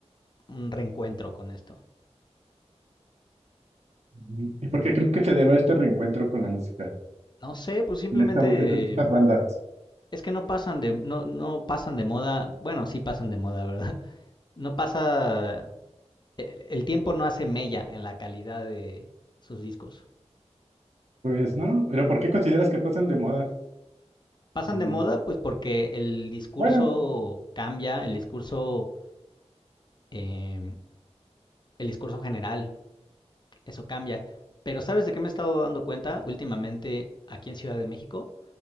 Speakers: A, on the left (about 40°); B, on the right (about 65°).
A: un reencuentro con esto.
B: Mm, ¿Y por qué crees que se deba este reencuentro con la música,
A: No sé, pues simplemente
B: con esta, eh, con estas
A: eh,
B: bandas?
A: es que no pasan de, no, no pasan de moda. Bueno, sí pasan de moda, ¿verdad? <laughs> No pasa, el, el tiempo no hace mella en la calidad de sus discos.
B: Pues no, pero ¿por qué consideras que pasan de moda?
A: Pasan
B: Mm,
A: de moda, pues porque el discurso
B: Bueno,
A: cambia, el discurso em, el discurso general, eso cambia. Pero ¿sabes de qué me he estado dando cuenta últimamente aquí en Ciudad de México?